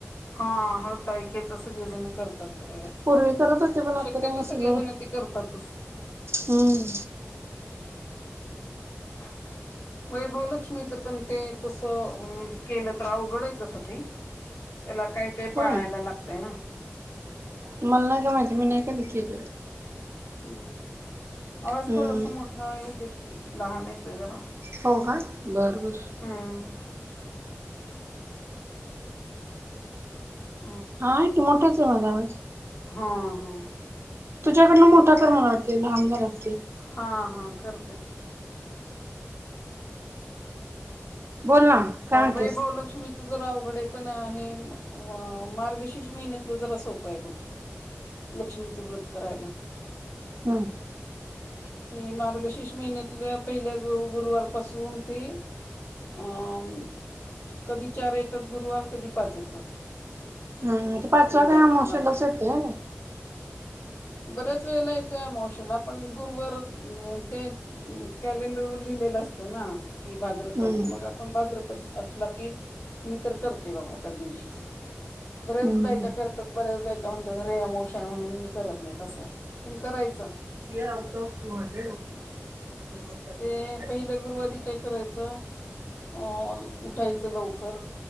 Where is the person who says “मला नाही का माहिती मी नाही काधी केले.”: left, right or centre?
Right